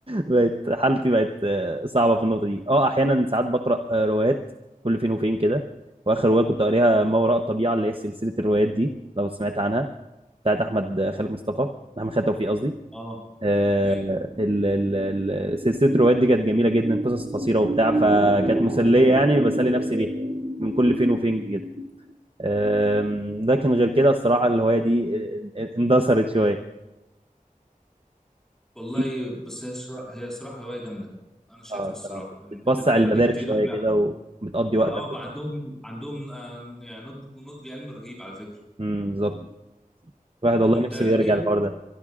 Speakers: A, on the right (about 40°); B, in the centre.
A: بقت حالتي بقت آه، صعبة في النقطة دي اه احيانا ساعات بقرأ آه، روايات كل فين وفين كده واخر رواية كنت قاريها ما وراء الطبيعة اللي هي سلسلة الروايات دي لو سمعت عنها بتاعت احمد خالد مصطفى احمد خالد توفيق قصدي
B: اه
A: آه،
B: ايوه
A: ال- ال- ال- سلسله الروايات دي كانت جميله جدا قصص قصيره وبتاع فكانت مسليه يعني بسلي نفسي بيها من كل فين وفين كده آم، لكن غير كده الصراحه الهوايه دي آه، آه، اندثرت شويه
B: والله
A: دي-
B: بس هي صرا- هي صراحة هواية جامدة أنا شايفها
A: اه
B: الصراحة
A: صراحه
B: الناس
A: بتوسع
B: اللي بتقرا
A: المدارك
B: دي كتير
A: شويه
B: لا
A: كده وبتقضي
B: بقى
A: وقتك
B: آه، بقى
A: وبتاع
B: عندهم عندهم آه، يعني نضج نضج علمي رهيب على فكرة
A: امم بالظبط الواحد
B: طب
A: والله
B: أنت
A: نفسه
B: إيه
A: بيرجع الحوار ده